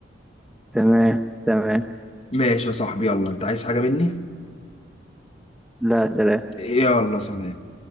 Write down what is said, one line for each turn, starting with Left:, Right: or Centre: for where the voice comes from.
Centre: تمام تمام
Left: ماشي يا صاحبي يلا انت عايز حاجة مني
Centre: لا سلام
Left: يلا سلام